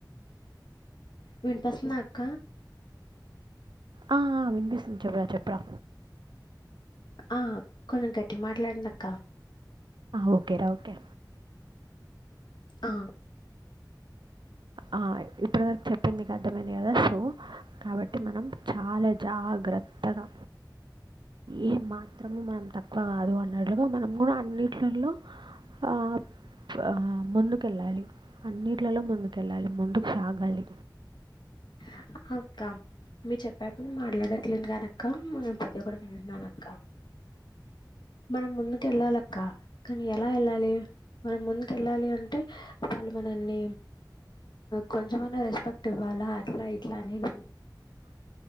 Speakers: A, on the left; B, on the right.
A: వినపస్తున్నాక్క
B: ఆ వినిపిస్తుంది చెప్పడా చెప్పరా
A: ఆ కొంచెం గట్టిగా మాట్లాడండి అక్క
B: ఓకే ఓకే
A: ఆ
B: అ ఇప్పటి వరకు చెప్పిందికు అర్థమంది కదా సో కాబట్టి మనం చాలా జాగ్రత్తగా, ఏ మాత్రము మనం తక్కువ కాదు అన్నట్లుగా మనం కూడా అన్నింటిలో అ అ ముందుకెళ్ళాలి అన్ని ఇట్లలో ముందుకెళ్ళాలి ముందుకు సాగాలి
A: అ అక్క మీ చెప్పేప్పుడు మాట్లాడట్లేదు గాని అక్క, నేను ప్రతి ఒక్కటి వింటున్నాన అక్క మనం ముందుకు వెళ్ళాలక్క, కానీ ఎలా వెళ్ళాలి మనం ముందుకు వెళ్ళాలి అంటే వాళ్ళు మనల్ని కొంచెమనా రెస్పెక్ట్ ఇవ్వాలా అట్లా ఇట్లా అనేది